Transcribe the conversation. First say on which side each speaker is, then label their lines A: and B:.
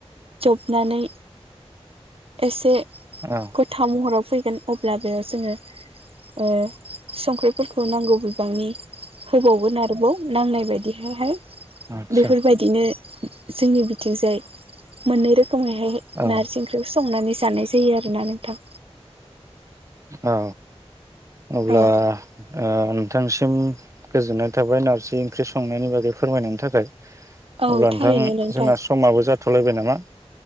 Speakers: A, on the right; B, on the right.
A: जबनानै एसे
B: औ
A: गथा महराव फैगोन अब्ला बेयाव जोङो ओ संख्रिफोरखौ नांगौ ब बांनि। होबावगोन आरोबाव। नांनाय बायदिहायहाय।
B: आदसा
A: बेफोरबायदिनो। जोंनि बिथिंजाय मोननै रोखोम मैहायहाय
B: औ
A: नार्जि ओंख संनानै जानाय जायो आरोना नोंथां।
B: औ। अब्ला
A: औ
B: ओ नोंथांसिम गोजोननाय थाबाय नारजि ओंख्रि संनायनि बागै फोरमायनायनि थाखाय।
A: औ
B: अब्ला
A: थारैनो
B: नोंथां
A: नोंथां
B: जोंना समाबो जाथ थ'लायबाय नामा ।